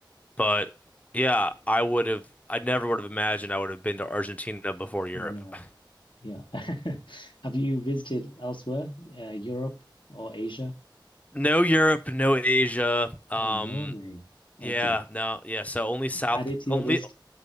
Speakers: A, on the left (about 15°); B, on the left (about 80°).
A: But yeah, I would have, I never would have imagined I would have been to Argentina before Europe.
B: Yeah. Yeah. <laughs> Have you visited elsewhere, uh, Europe or Asia?
A: No Europe, no Asia. Um,
B: Oh, no way. Okay.
A: yeah, no, yeah. So only south,
B: Add it to your
A: only,
B: list.